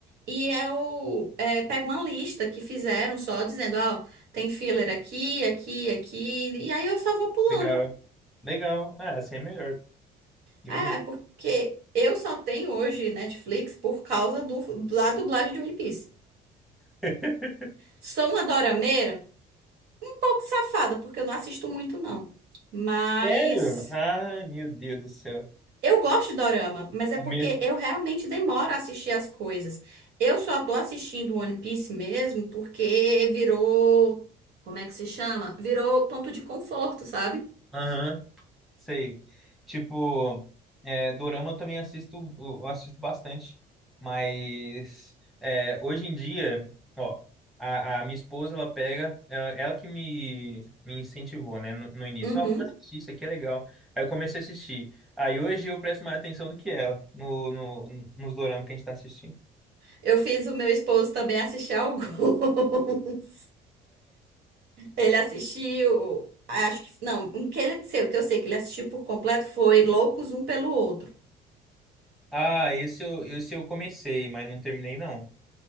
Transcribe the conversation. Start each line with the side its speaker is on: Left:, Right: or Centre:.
Right: e eu é, pego uma lista que fizeram só dizendo, ó, tem filler aqui, aqui, aqui, e aí eu só vou pulando.
Centre: Legal. Legal. Ah, assim é melhor. Bem
Right: É,
Centre: melhor.
Right: porque eu só tenho hoje Netflix por causa do, da dublagem de One Piece.
Centre: <laughs>
Right: Sou uma dorameira, um pouco safada, porque eu não assisto muito, não. Mas
Centre: Sério? Ai, meu Deus do céu.
Right: Eu gosto de dorama, mas é
Centre: A
Right: porque
Centre: minha...
Right: eu realmente demoro a assistir as coisas. Eu só tô assistindo One Piece mesmo porque virou. Como é que se chama? Virou ponto de conforto, sabe?
Centre: Aham. Sei. Tipo, é, dorama eu também assisto, eu assisto bastante. Mas é, hoje em dia, ó, a, a minha esposa, ela pega, ela, ela que me, me incentivou, né, no, no início.
Right: Uhum.
Centre: Ó, vamos assistir, isso aqui é legal. Aí eu comecei a assistir. Aí hoje eu presto mais atenção do que ela no, no, nos doramas que a gente tá assistindo.
Right: Eu fiz o meu esposo também assistir alguns. <laughs> Ele assistiu. Acho que. Não, um que ele, o que eu sei que ele assistiu por completo foi Loucos Um pelo Outro.
Centre: Ah, esse eu, esse eu comecei, mas não terminei, não.